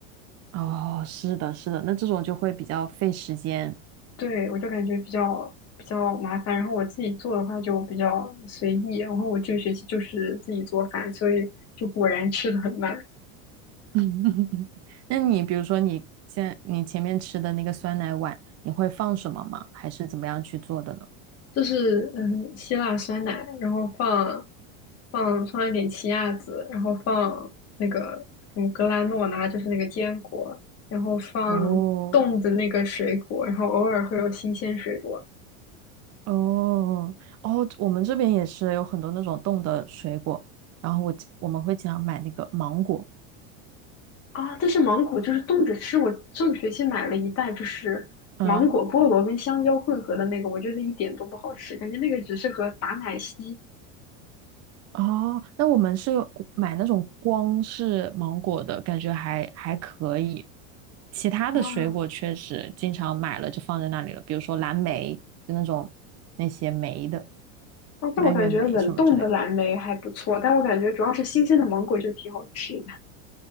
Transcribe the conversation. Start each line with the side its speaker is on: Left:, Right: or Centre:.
Right: 哦，是的，是的，那这种就会比较费时间。
Left: 对，我就感觉比较比较麻烦。然后我自己做的话就比较随意，然后我这个学期就是自己做饭，所以就果然吃的很慢。
Right: <laughs> 那你比如说你现在你前面吃的那个酸奶碗，你会放什么吗？还是怎么样去做的呢？
Left: 就是嗯，希腊酸奶，然后放放放一点奇亚籽，然后放那个什么格兰诺拉，就是那个坚果，然后放冻的那个水果，
Right: 哦
Left: 然后偶尔会有新鲜水果。
Right: 哦哦，我们这边也是有很多那种冻的水果，然后我我们会经常买那个芒果，
Left: 啊，但是芒果就是冻着吃。我上个学期买了一袋，就是芒果、
Right: 嗯，<laughs>
Left: 菠萝跟香蕉混合的那个，我觉得一点都不好吃，感觉那个只适合打奶昔
Right: 哦，那我们是有买那种光是芒果的，感觉还还可以。其他的水果确实经常买了就放在那里了，
Left: 啊。
Right: 比如说蓝莓，就那种那些莓的，
Left: 啊，
Right: 蔓越莓什么之类的。
Left: 但我感觉冷冻的蓝莓还不错，但我感觉主要是新鲜的芒果就挺好吃的。